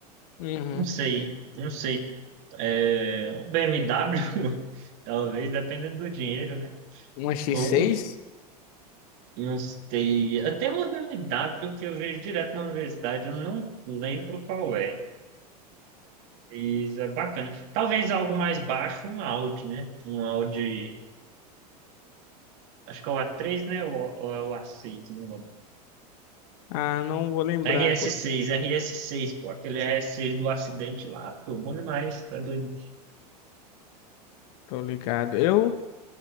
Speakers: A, on the left; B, on the right.
A: Uhum.
B: Não sei, não sei. É, um BMW, <laughs> talvez, dependendo do dinheiro, né?
A: Uma X6?
B: Ou, não sei. Até uma BMW que eu vejo direto na universidade, eu não lembro qual é. Isso é bacana. Talvez algo mais baixo, um Audi, né? Um Audi, acho que é o A3, né? Ou, ou é o A6, não lembro.
A: Ah, não vou lembrar
B: RS6,
A: agora,
B: RS6, pô, aquele RS6 do acidente lá, pô, bom demais, tá doido.
A: tô ligado. Eu,